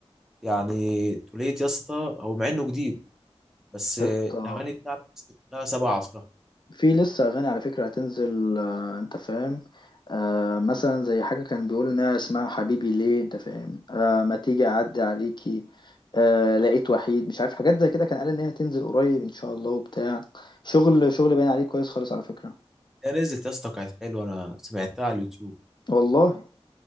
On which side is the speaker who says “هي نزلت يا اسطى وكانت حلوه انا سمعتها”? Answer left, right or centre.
Centre